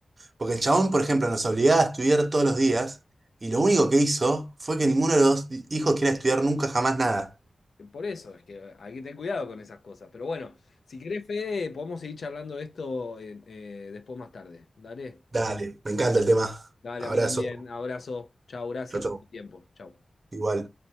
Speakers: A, on the right; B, on the left.
A: Porque el chabón, por ejemplo, nos obligaba a estudiar todos los días y lo único que hizo fue que ninguno de los di- hijos quiera estudiar nunca jamás nada.
B: Por eso, es que hay que tener cuidado con esas cosas. Pero bueno, si querés, Fede, podemos seguir charlando de esto en- eh, después más tarde. Dale.
A: Dale, me encanta el tema.
B: Dale,
A: Abrazo.
B: a mí también. Abrazo. Chao, gracias
A: Chau, chau.
B: por tu tiempo. Chao.
A: Igual.